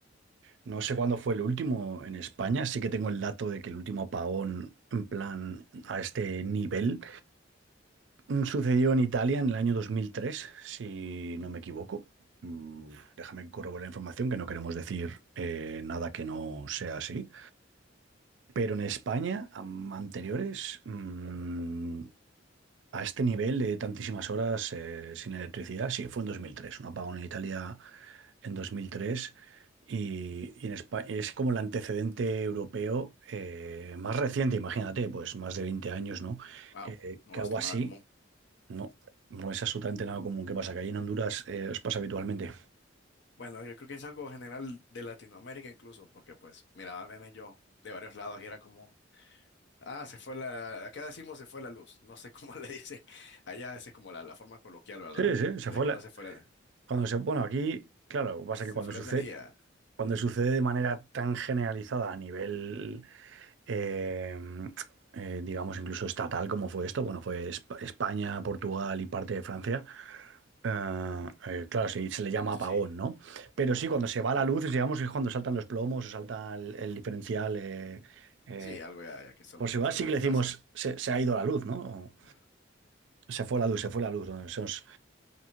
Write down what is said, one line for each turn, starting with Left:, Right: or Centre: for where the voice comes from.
Right: no sé cuándo fue el último en España. Sí que tengo el dato de que el último apagón, en plan, a este nivel, mm, sucedió en Italia en el año 2003, si no me equivoco. Mm, Déjame corroborar la información, que no queremos decir eh, nada que no sea así. Pero en España, am- anteriores, mm, a este nivel de tantísimas horas eh, sin electricidad, sí, fue en 2003 un apagón en Italia en dos mil tres y, y en España es como el antecedente europeo eh, más reciente, imagínate, pues más de 20 años, ¿no?
Left: Wow,
Right: Que,
Left: no
Right: que algo
Left: es nada
Right: así,
Left: común.
Right: no, no es absolutamente nada común. ¿Qué pasa? Que allí en Honduras eh, os pasa habitualmente.
Left: Bueno, yo creo que es algo general de Latinoamérica incluso, porque pues miraba memes yo de varios lados y era como... Ah, se fue la, acá decimos se fue la luz, no sé cómo <laughs> le dicen, allá esa es como la, la forma coloquial, ¿verdad?
Right: Sí, sí, se
Left: De
Right: fue
Left: cuando
Right: la...
Left: se fue la,
Right: Cuando se... Bueno, aquí, claro, lo que pasa
Left: se
Right: es que cuando
Left: fue
Right: sucede,
Left: la energía,
Right: cuando sucede de manera tan generalizada a nivel eh, eh, digamos, incluso estatal, como fue esto. Bueno, fue Esp- España, Portugal y parte de Francia. Eh, eh, claro, se, se le llama
Left: eso
Right: apagón,
Left: sí,
Right: ¿no? Pero sí, cuando se va la luz, digamos, es cuando saltan los plomos o salta el, el diferencial. eh, eh,
Left: sí, algo ya, ya que solo
Right: por si va,
Left: tal
Right: sí
Left: vez de
Right: que
Left: tu
Right: le decimos,
Left: casa,
Right: se, se ha ido la luz, ¿no? O
Left: ah,
Right: Se fue la luz, se fue la luz. ¿no? Eso es-